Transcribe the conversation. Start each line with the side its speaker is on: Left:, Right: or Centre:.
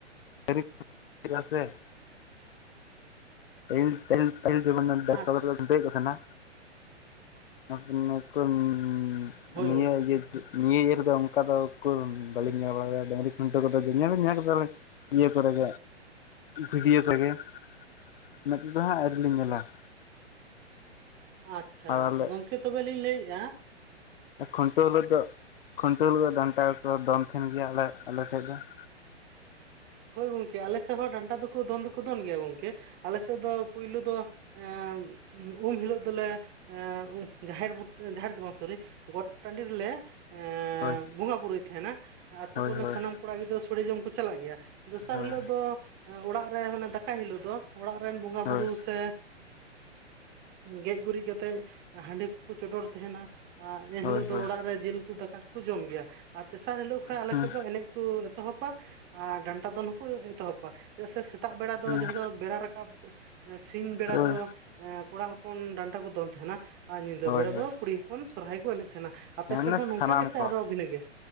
Left: ᱨᱤᱯ <inaudible>
Right: <unintelligible>
Left: ᱯᱟᱹᱦᱤᱞ ᱯᱟᱹᱦᱤᱞ ᱯᱟᱹᱦᱤᱞ ᱡᱮᱢᱚᱱ <unintelligible>
Right: ᱟᱪ
Left: ᱫᱮᱡ ᱠᱟᱱᱟ᱾ <unintelligible>
Right: ᱦᱳᱭ
Left: ᱱᱤᱭᱟᱹ
Right: ᱜᱚᱝᱠᱮ
Left: ᱤᱭᱟᱹ ᱱᱤᱭᱟᱹ ᱤᱭᱟᱹ ᱨᱮᱫᱚ ᱚᱝᱠᱟ ᱫᱚᱠᱚ ᱵᱟᱹᱞᱤᱧ ᱧᱮᱞ ᱵᱟᱲᱟ ᱠᱟᱫᱟ, ᱰᱟᱹᱝᱨᱤ ᱠᱷᱩᱱᱴᱟᱹ ᱠᱚᱫᱚ ᱡᱮ ᱧᱮᱞ ᱧᱮᱞ ᱠᱟᱫᱟᱞᱤᱧ ᱤᱭᱟᱹ ᱠᱚᱨᱮᱜ ᱵᱷᱤᱰᱤᱭᱳ ᱠᱚᱨᱮ ᱜᱮ ᱾ ᱢᱮᱛ ᱛᱮᱫᱚ ᱦᱟᱸᱜ ᱟᱹᱣᱨᱤ ᱞᱤᱧ ᱧᱮᱞᱟ ᱾
Right: ᱟᱪᱪᱷᱟ,
Left: ᱟᱨ ᱟᱞᱮ
Right: ᱜᱚᱝᱠᱮ ᱛᱚᱵᱮ ᱞᱤᱧ ᱞᱟᱹᱭᱮᱜᱼᱟ
Left: ᱠᱷᱩᱱᱴᱟᱹᱣ ᱦᱤᱞᱳᱜ ᱫᱚ ᱠᱷᱩᱱᱟᱹᱣ ᱦᱤᱞᱳᱜ ᱫᱚ ᱰᱟᱱᱴᱟ ᱠᱚ ᱠᱚ ᱫᱚᱱ ᱛᱟᱦᱮᱱ ᱜᱮᱭᱟ ᱟᱞᱮ ᱴᱷᱮᱡ ᱫᱚ ᱾
Right: ᱦᱳᱭ ᱜᱚᱝᱠᱮ, ᱟᱞᱮ ᱥᱮᱜ ᱦᱚᱸ ᱰᱟᱱᱴᱟ ᱫᱚᱠᱚ ᱫᱚᱱ ᱫᱚᱠᱚ ᱫᱚᱱ ᱜᱮᱭᱟ, ᱜᱚᱝᱠᱮ ᱟᱞᱮ ᱥᱮᱫ ᱫᱚ ᱯᱳᱭᱞᱳ ᱫᱚ ᱮᱸ ᱩᱢ ᱦᱤᱞᱳᱜ ᱫᱚᱞᱮ ᱮᱸ ᱡᱟᱦᱮᱨ ᱵᱩᱴ ᱡᱟᱦᱮᱨ ᱨᱮ ᱫᱚ ᱵᱟᱝ ᱥᱚᱨᱤ ᱜᱚᱴ ᱴᱟᱺᱰᱤ ᱨᱮᱞᱮ ᱮ
Left: ᱦᱳᱭ
Right: ᱵᱚᱸᱜᱟ ᱵᱩᱨᱩᱭ ᱛᱟᱦᱮᱱᱟ ᱟᱹᱛᱩ
Left: ᱦᱳᱭ
Right: ᱠᱚᱨᱮᱱ
Left: ᱦᱳᱭ
Right: ᱥᱟᱱᱟᱢ ᱠᱚᱲᱟ ᱜᱤᱫᱽᱨᱟᱹ ᱥᱚᱲᱮ ᱡᱚᱢ ᱠᱚ ᱪᱟᱞᱟᱜ ᱜᱮᱭᱟ ᱾ ᱫᱚᱥᱟᱨ
Left: ᱦᱳᱭ
Right: ᱦᱤᱞᱳᱜ ᱫᱚ ᱚᱲᱟᱜ ᱨᱮ ᱢᱟᱱᱮ ᱫᱟᱠᱟᱭ ᱦᱤᱞᱳᱜ ᱫᱚ ᱚᱲᱟᱜ ᱨᱮᱱ ᱵᱚᱸᱜᱟ
Left: ᱦᱳᱭ
Right: ᱵᱩᱨᱩ ᱥᱮ ᱜᱮᱡ ᱜᱩᱨᱤᱡ ᱠᱟᱛᱮ ᱦᱟᱺᱰᱤ ᱠᱚᱠᱚ ᱪᱚᱰᱚᱨ ᱛᱟᱦᱮᱱᱟ ᱾ ᱟᱨ ᱮᱱᱦᱤᱞᱳᱜ
Left: ᱦᱳᱭ
Right: ᱫᱚ
Left: ᱦᱳᱭ
Right: ᱚᱲᱟᱜ ᱨᱮ ᱡᱤᱞ ᱩᱛᱩ ᱫᱟᱠᱟ ᱠᱚ ᱡᱚᱢ ᱜᱮᱭᱟ ᱟᱨ ᱛᱮᱥᱟᱨ ᱦᱤᱞᱳᱜ ᱠᱷᱚᱱ ᱟᱞᱮ
Left: ᱦᱩᱸ
Right: ᱥᱮᱫ ᱫᱚ ᱮᱱᱮᱡ ᱠᱚ ᱮᱛᱚᱦᱚᱵᱟ ᱟᱨ ᱰᱟᱱᱴᱟ ᱫᱚᱱ ᱦᱚᱸᱠᱚ ᱮᱛᱚᱦᱚᱵᱟ ᱾ ᱪᱮᱫᱟᱜ ᱥᱮ ᱥᱮᱛᱟᱜ ᱵᱮᱲᱟ ᱫᱚ
Left: ᱦᱩᱸ
Right: ᱡᱟᱦᱟᱸ ᱫᱚ ᱵᱮᱲᱟ ᱨᱟᱠᱟᱵ ᱥᱤᱧ ᱵᱮᱲᱟ
Left: ᱦᱳᱭ
Right: ᱫᱚ ᱮᱸ ᱠᱚᱲᱟ ᱦᱚᱯᱚᱱ ᱰᱟᱱᱴᱟ ᱠᱚ ᱫᱚᱱ ᱛᱟᱦᱮᱱᱟ ᱟᱨ ᱧᱤᱫᱟᱹ
Left: ᱦᱳᱭ
Right: ᱵᱮᱲᱟ
Left: ᱦᱳᱭ
Right: ᱫᱚ ᱠᱩᱲᱤ ᱦᱚᱯᱚᱱ ᱥᱚᱨᱦᱟᱭ ᱠᱚ ᱮᱱᱮᱡ ᱛᱟᱦᱮᱱᱟ ᱾ ᱟᱯᱮ
Left: ᱢᱟᱱᱮ
Right: ᱥᱮᱜ ᱦᱚᱸ
Left: ᱥᱟᱱᱟᱢ
Right: ᱱᱚᱝᱠᱟ ᱜᱮ ᱥᱮ
Left: ᱠᱚ
Right: ᱟᱨᱦᱚᱸ ᱵᱷᱤᱱᱟᱹ ᱜᱮ?